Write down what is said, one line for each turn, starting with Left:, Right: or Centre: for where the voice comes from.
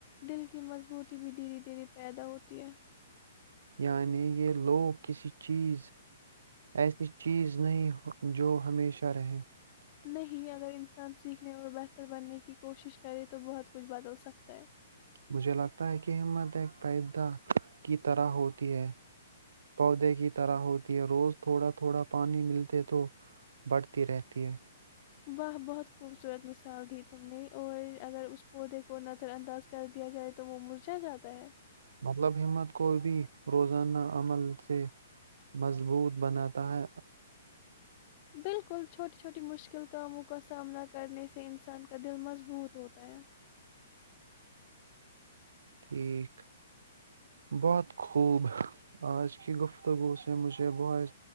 Left: دل کی مضبوطی بھی دھیرے دھیرے پیدا ہوتی ہے
Right: یعنی یہ لوگ کسی چیز ایسی چیز نہیں جو ہمیشہ رہیں
Left: نہیں اگر انسان سیکھنے اور بیس بہتر بننے کی کوشش کرے تو بہت کچھ بدل سکتا ہے
Right: مجھے لگتا ہے کہ ہمت ایک پیدا کی طرح ہوتی ہے پودے کی طرح ہوتی ہے روز تھوڑا تھوڑا پانی ملتے تو بڑھتی رہتی ہے
Left: واہ بہت خوبصورت مثال دی تم نے اور اگر اس پودے کو نظر انداز کر دیا جائے تو وہ مرجا جاتا ہے
Right: مطلب ہمت کو بھی روزانہ عمل سے مضبوط بناتا ہے
Left: بالکل چھوٹی چھوٹی مشکل کاموں کا سامنا کرنے سے انسان کا دل مضبوط ہوتا ہے
Right: ٹھیک بہت خوب آج کی گفتگو سے مجھے بہت